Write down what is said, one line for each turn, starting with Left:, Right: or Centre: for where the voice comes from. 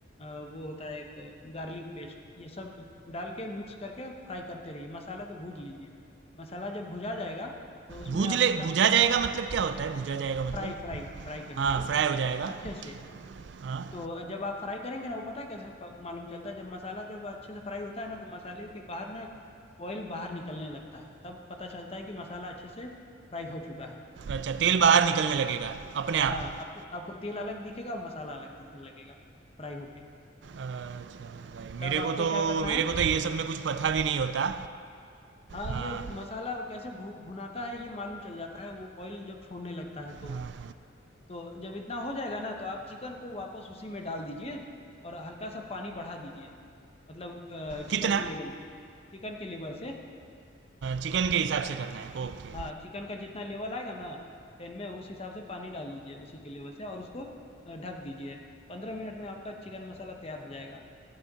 Left: वो होता है एक गार्लिक पेस्ट ये सब डाल के मिक्स करके फ्राई करते रहिए मसाला को भूज लीजिए मसाला जब भुजा जाएगा तो उसमें
Right: भूज
Left: आप
Right: ले
Left: एक काम
Right: भूजा
Left: करिए
Right: जाएगा मतलब क्या होता है भूजा जाएगा मतलब
Left: फ्राई फ्राई फ्राई कर लीजिए
Right: हाँ फ्राई हो जाएगा
Left: अच्छे से
Right: हाँ
Left: तो जब आप फ्राई करेंगे ना वो पता है कैसे प- मालूम चलता है जब मसाला जब अच्छे से फ्राई होता है ना तो मसाले के बाहर ना ऑयल बाहर निकलने लगता है तब पता चलता है कि मसाला अच्छे से फ्राई हो चुका है
Right: अच्छा तेल बाहर निकलने लगेगा अपने आप
Left: हाँ आपको आपको तेल अलग दिखेगा और मसाला अलग दिखने लगेगा फ्राई होके
Right: अच्छा भाई
Left: तब
Right: मेरे
Left: आपको
Right: को तो
Left: क्या करना
Right: मेरे
Left: है
Right: को तो ये सब में कुछ पता भी नहीं होता
Left: हाँ
Right: हाँ
Left: ये मसाला कैसे भू, भुनाता है ये मालूम चल जाता है वो ऑयल जब छोड़ने लगता है तो
Right: हाँ, हाँ।
Left: तो जब इतना हो जाएगा ना तो आप चिकन को वापस उसी में डाल दीजिए और हल्का सा पानी बढ़ा दीजिए मतलब
Right: कितना
Left: चिकन के लेवल के चिकन के लेवल से
Right: चिकन के हिसाब से करना है ओके
Left: हाँ चिकन का जितना लेवल आएगा ना पैन में उस हिसाब से पानी डाल दीजिए उसी के लेवल से और उसको अ, ढक दीजिए पंद्रह मिनट में आपका चिकन मसाला तैयार हो जाएगा